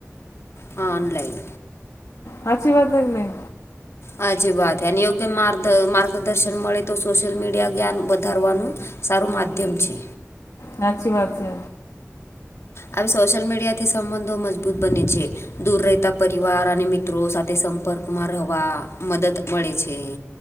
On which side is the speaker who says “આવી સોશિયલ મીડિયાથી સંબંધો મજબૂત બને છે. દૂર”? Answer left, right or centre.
Left